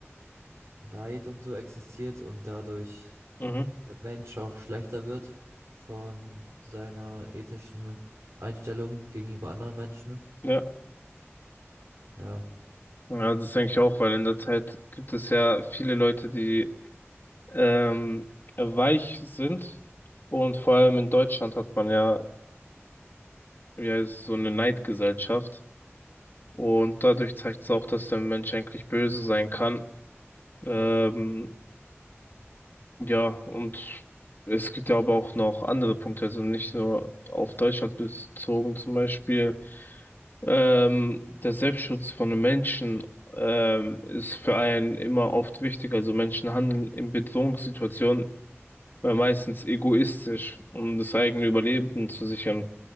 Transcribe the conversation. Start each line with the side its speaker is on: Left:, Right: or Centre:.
Right: Neid und so existiert und dadurch
Left: Mhm.
Right: der Mensch auch schlechter wird von seiner ethischen Einstellung gegenüber anderen Menschen.
Left: Ja.
Right: Ja.
Left: Ja, das denke ich auch, weil in der Zeit gibt es ja viele Leute, die ähm, weich sind. Und vor allem in Deutschland hat man ja, wie heißt es, so eine Neidgesellschaft. Und dadurch zeigt es auch, dass der Mensch eigentlich böse sein kann. Ähm, Ja, und es gibt ja aber auch noch andere Punkte, also nicht nur auf Deutschland bezogen, zum Beispiel ähm, der Selbstschutz von den Menschen ähm, ist für einen immer oft wichtig. Also Menschen handeln in Bedrohungssituationen äh, meistens egoistisch, um das eigene Überleben zu sichern.